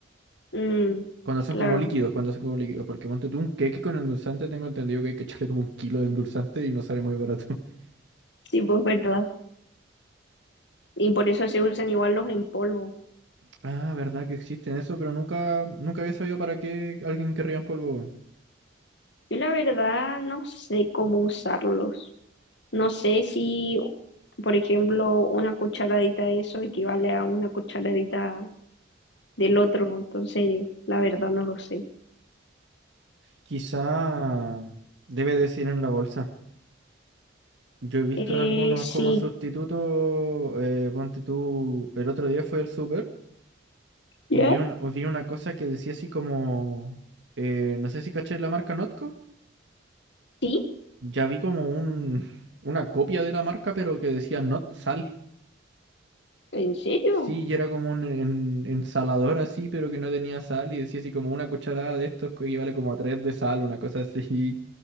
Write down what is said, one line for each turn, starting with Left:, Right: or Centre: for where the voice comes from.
Left: Mm,
Right: Cuando son
Left: claro,
Right: como líquidos, cuando son como líquidos. Porque ponte tú un queque con endulzante, tengo entendido que hay que echarle como un kilo de endulzante y no sale muy barato. <laughs>
Left: sí, pues verdad. Y por eso se usan igual los en polvo.
Right: Ah, verdad que existen eso, pero nunca, nunca había sabido para qué alguien querría en polvo, weón.
Left: Yo la verdad no sé cómo usarlos. No sé si, por ejemplo, una cucharadita de eso equivale a una cucharadita del otro. Entonces, la verdad no lo sé.
Right: Quizá debe decir en la bolsa. Yo he visto
Left: Eh,
Right: en algunos
Left: sí.
Right: como sustituto, eh, ponte tú, el otro día fui al súper y
Left: ¿Ya?
Right: vi una, vi una cosa que decía así como, eh, no sé si caché la marca Notco,
Left: ¿Sí?
Right: ya vi como un, <laughs> una copia de la marca pero que decía Not Sal.
Left: ¿En serio?
Right: Sí, y era como un en- ensalador así pero que no tenía sal y decía así como una cucharada de estos que equivale como a tres de sal, una cosa así.